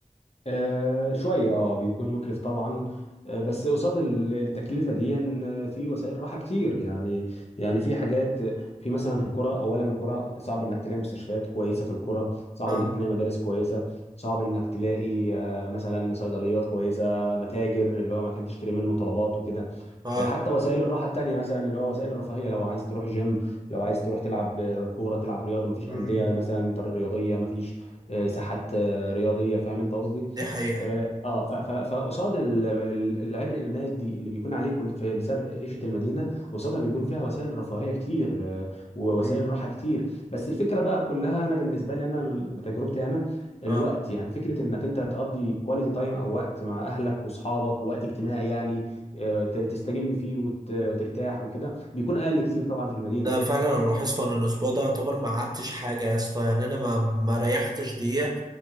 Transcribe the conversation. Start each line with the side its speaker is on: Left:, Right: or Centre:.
Left: آه، شوية اه بيكون مكلف طبعا آه، بس قصاد التكلفة دي آه، في وسائل راحة كتير يعني يعني في حاجات آه، في مثلا الكرة أولا الكرة صعب إنك تلاقي مستشفيات كويسة في الكرة صعب
Right: اه
Left: إنك تلاقي مدارس كويسة صعب إنك تلاقي آه، مثلا صيدليات كويسة متاجر اللي هو مكان تشتري منه طلبات وكده
Right: اه
Left: حتى وسائل الراحه التانيه مثلا اللي هو وسائل الرفاهيه لو عايز تروح جيم لو عايز تروح تلعب كوره تلعب رياضه مفيش
Right: مم،
Left: انديه مثلا طر- رياضيه مفيش آه، ساحات آه، رياضيه فاهم انت قصدي
Right: دي حقيقه
Left: اه آه، ف- ف- فقصاد ال- ال- العبء المادي اللي بيكون عليك وانت في- بسبب عيشه المدينه قصادها بيكون فيها وسائل رفاهيه كتير آه، ووسائل
Right: امم
Left: راحه كتير بس الفكره بقى كلها انا بالنسبه لي انا ال- بتجربتي انا الوقت
Right: اه
Left: يعني فكره انك انت تقضي كواليتي تايم او وقت مع اهلك واصحابك ووقت اجتماعي يعني آه، تستجم فيه وت- وترتاح وكده بيكون اقل كتير طبعا في المدينه
Right: ده فعلا انا لاحظته انا الاسبوع ده يعتبر ما قعدتش حاجه يا اسطى يعني انا ما ما ريحتش دقيقه